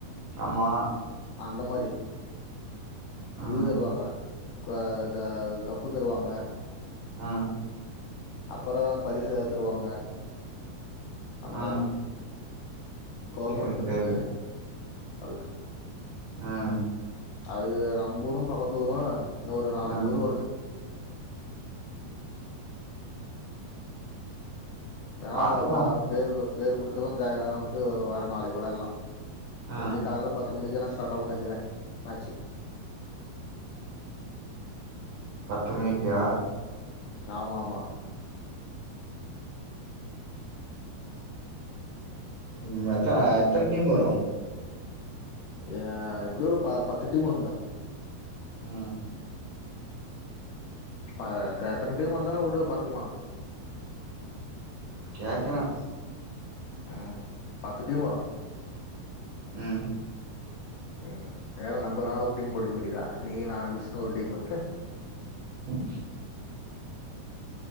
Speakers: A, on the right; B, on the left.
A: ஆமா
B: அந்த மாரி
A: ம்
B: இது தருவாங்க கு த கப்பு தருவாங்க
A: ம்
B: அப்பற பரிசு ஏதாது தருவாங்க அந்த
A: ம்
B: மாரி கவர்மெண்ட்
A: சரி
B: நடத்துது
A: சரி
B: அதுக்கு
A: ம்
B: அது நம்ப ஊரு பக்கத்து ஊரு இன்னு ஒரு நாலஞ்சு
A: ம்
B: ஊர் வருது வேணா
A: பாத்துக்கலாம்
B: வா பேரு கு பேர் குடுத்தவன் <unintelligible> வேணா வந்து வா நாளைக்கு விள்ளலா
A: ம்
B: எப்டி கால பத்து மணிக்கு ஆனா ஸ்டாட் அவு நெனைக்கிறே மேட்சு
A: பத்து மணிக்கா
B: ம் ஆமா ஆமா
A: ம் மொத்த எந்தன டிம்வரு
B: ஏ எப்டி ஒரு ப பத்து டீமு வருடா
A: ம்
B: ப அத்த அத்தன டீம் வந்தாலு வுடு பாத்துக்குளா
A: கேக்கறா
B: ம் பத்து டிம் வரு
A: ம்
B: ம் வேற நம்ப நாளு ஒரு டீம் போட்டுக்க வேண்டியுதா நீ நானு விஷ்னு ஒரு டீமு
A: ம்